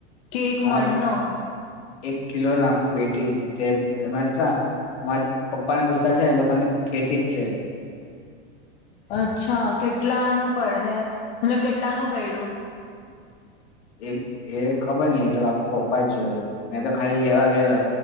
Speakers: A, on the left; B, on the left.
A: કેક
B: હા
A: મળણના
B: એક કિલો ના પેટી <inaudible> માર પપ્પાને દોસ્તાર છે ને, એ લોકોને ખેતી જ છે.
A: અચ્છા કેટલાનું પડે? મતલબ કેટલાનું પડ્યું.?
B: એ એ ખબર નઈ. એ તો આખું પપ્પા જ જોયો મેં તો ખાલી લેવા ગયેલો.